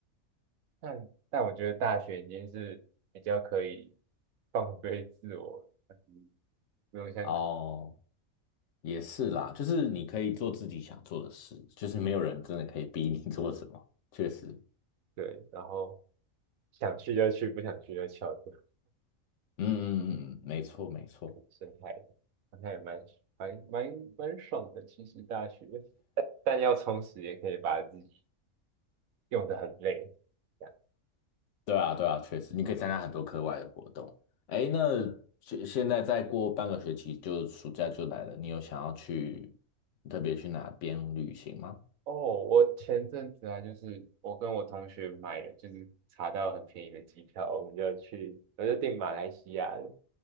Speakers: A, on the right; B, on the left.
A: 但但我觉得大学已经是比较可以放飞自我，嗯不用像
B: 哦，也是啦，就是你可以做自己想做的事，就是没有人真的可以逼你 <laughs> 做什么，确实。
A: 对，然后想去就去，不想去就翘课。
B: 嗯嗯嗯，嗯没错没错，
A: 深海的，那也蛮蛮蛮蛮爽的。其实大学，但要充实也可以把自己用得很累。这样
B: 对啊对啊，确实，你可以参加很多课外的活动。哎，那现现在再过半个学期就暑假就来了，你有想要去特别去哪边旅行吗？
A: 哦，我前阵子啊，就是我跟我同学买了，就是查到很便宜的机票，我们就去，我就订马来西亚了